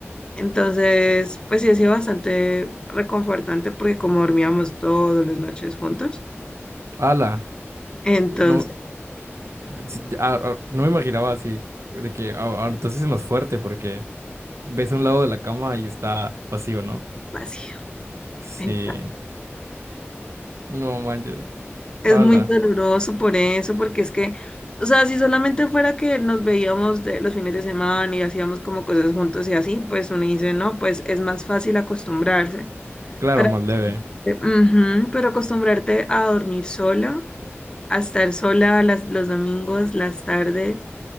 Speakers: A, on the left; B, on the right.
A: Entonces, pues sí ha sido bastante reconfortante porque como dormíamos todas las noches juntos,
B: Ala.
A: entonces,
B: No, sí, a- a- no me imaginaba así, de que a- ahora entonces es más fuerte porque ves a un lado de la cama y está vacío, ¿no?
A: vacío.
B: Sí,
A: Exacto.
B: no manches,
A: Es
B: ala,
A: muy doloroso por eso, porque es que, o sea, si solamente fuera que nos veíamos de los fines de semana y hacíamos como cosas juntos y así, pues uno dice, no, pues es más fácil acostumbrarse.
B: claro,
A: Pero,
B: más leve.
A: ujú, pero acostumbrarte a dormir sola, a estar sola las- los domingos, las tardes,